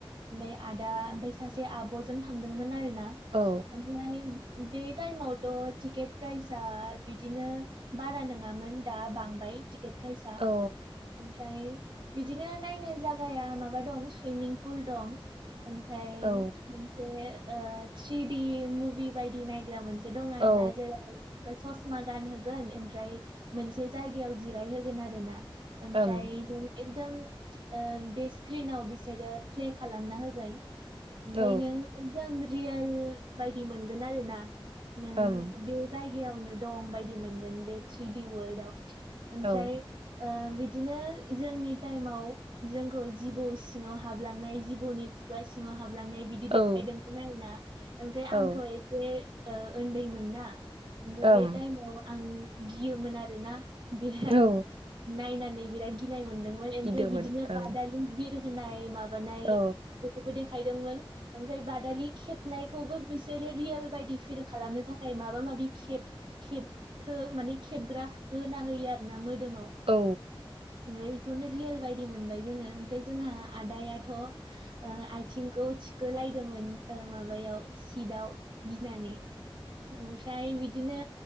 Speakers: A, on the right (about 60°); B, on the right (about 75°).
A: ओमाय आदा ओमफ्राय सासे आब'जों थांदोंमोन आरो ना
B: औ
A: ओमफ्राय बे टाइमावथ' टिकेट प्राइसआ बिदिनो बारा नङामोन दा बांबाय टिकेट प्राइजआ
B: औ
A: ओमफ्राय बिदिनो नायनो जागाया माबा दं सुइमिं पुल दं ओमफ्राय
B: औ
A: मोनसे ओ थ्रिडि मुभि बायदि नायग्रा मोनसे दं
B: औ
A: आरोना <unintelligible> ससमा गानहोगोन ओमफ्राय मोनसे जायगायाव जिराय होगोन आरो ना एमफ्राय
B: ओम
A: नों एकदम ओ बे स्क्रिनाव बिसोरो प्ले खालामना होगोन ओमफाय
B: औ
A: नों एकदम रियेल बायदि मोनगोन आरो ना नों
B: ओम
A: बे जायगायावनो दं बायदि मोनगोन बे थ्रिडि वर्ल्डआव ओमफ्राय
B: औ
A: ओ बिदिनो जोंनि टाइमाव जोंखौ जिबौ सिङाव हाबलांनाय जिबौनि खुगा सि ङाव हाबलांनाय बिदि
B: औ
A: देखायदोंमोन आरो ना ओमफ्राय
B: औ
A: आंथ' एसे ओ उन्दैमोन ना ओमफ्राय
B: ओम
A: बे टाइमाव आं गियोमोन आरोना बिराद
B: औ
A: नायनानै बिराद गिनाय मोनदोंमोन ओमफ्राय
B: गिदोंमोन
A: बिदिनो
B: ओं
A: बादालि बि होनाय माबानाय
B: औ
A: बेखौेबो दे खायदोंमोन ओमफ्राय बादालि खेबनायखौबो बिसोरो रियेल बायदि फिल खालामनो थाखाय माबा माबि खेब खेब थो माने खेबग्रा होना होयो आरोना मोदोमाव
B: औ
A: बेखौनो रियेल बायदि मोनबाय जोङो ओमफाय जोंहा आदायाथ' ओ आइथिंखौ थिखो लाय दोंमोन ओ माबायाव सिटआव गिनानै ओमफ्राय बिदिनो